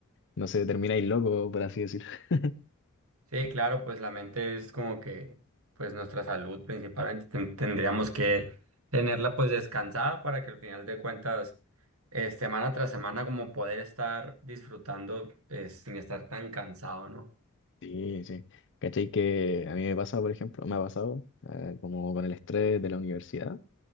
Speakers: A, on the left; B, on the right.
A: no sé, termináis loco, por así decir. <laughs>
B: Sí, claro, pues la mente es como que, pues nuestra salud principalmente ten- tendríamos que tenerla pues descansada para que al final de cuentas, eh, semana tras semana como poder estar disfrutando eh, sin estar tan cansado, ¿no?
A: Sí, sí. ¿Cachai? Que a mí me pasa, por ejemplo, me ha pasado eh, como con el estrés de la universidad.